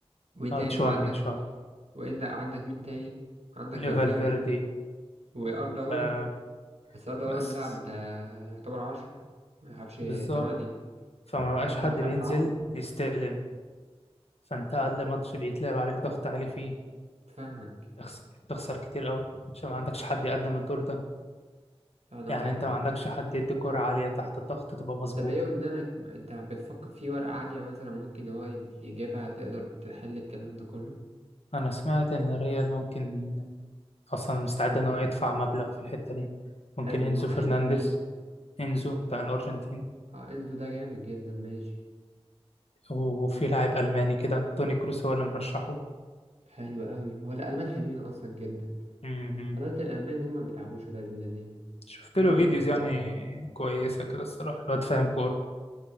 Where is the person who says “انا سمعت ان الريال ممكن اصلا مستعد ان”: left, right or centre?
Left